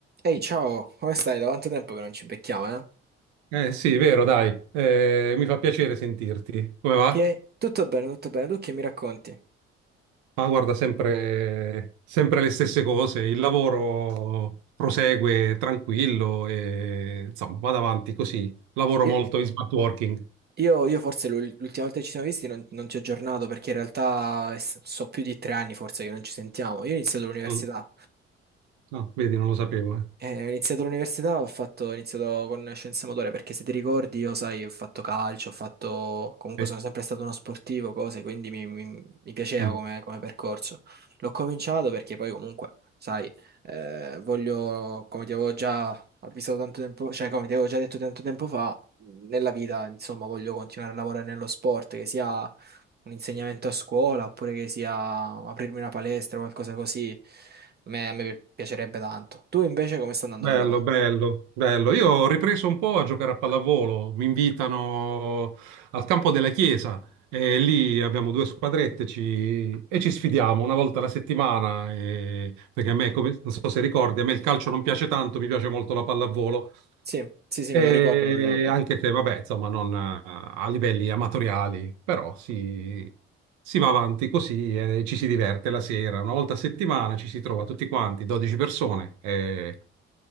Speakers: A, on the right; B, on the right.
A: Ehi, ciao, come stai? Da quanto tempo che non ci becchiamo, eh?
B: Eh sì, vero, dai. Eh, mi fa piacere sentirti. Come va?
A: Che tutto bene, tutto bene, tu che mi racconti?
B: Ma guarda, sempre, sempre le stesse cose. Il lavoro prosegue tranquillo e insomma, vado avanti così. Lavoro molto
A: Io,
B: in smart working.
A: io- io forse l'ul- l'ultima volta che ci siamo visti non, non ti ho aggiornato perché in realtà eh, so più di tre anni forse che non ci sentiamo. Io ho iniziato l'università.
B: Mm. No, vedi, non lo sapevo. eh.
A: Eh, ho iniziato l'università, ho fatto, ho iniziato con scienze motorie perché se ti ricordi io, sai, ho fatto calcio, ho fatto, comunque
B: Sì.
A: sono sempre stato uno sportivo, cose, quindi mi, mi- mi piaceva
B: Mm.
A: come, come percorso. L'ho cominciato perché poi comunque, sai, eh, voglio, come ti avevo già avvisato tanto tempo, cioè come ti avevo già detto tanto tempo fa, nella vita, insomma, voglio continuare a lavorare nello sport, che sia un insegnamento a scuola oppure che sia aprirmi una palestra o qualcosa così, a me, a me piacerebbe tanto. Tu invece come sta andando
B: Bello,
A: col lavoro?
B: bello, bello. Io ho ripreso un po' a giocare a pallavolo. Mi invitano al campo della chiesa e lì abbiamo due squadrette ci- e ci sfidiamo una volta alla settimana. e- Perché a me, come... non so se ricordi, a me il calcio non piace tanto, mi piace molto la pallavolo.
A: Sì, sì, sì,
B: E
A: me lo ricordo, me lo ricordo.
B: anche se, vabbè, insomma, non a livelli amatoriali, però si, si va avanti così e ci si diverte la sera. Una volta a settimana ci si trova tutti quanti, 12 persone e